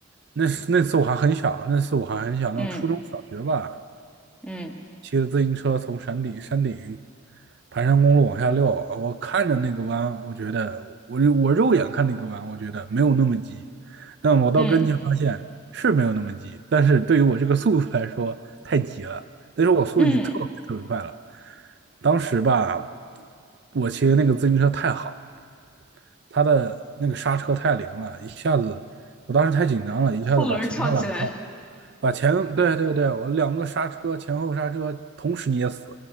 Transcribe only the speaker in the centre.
嗯嗯
嗯
嗯，
后轮儿翘起来了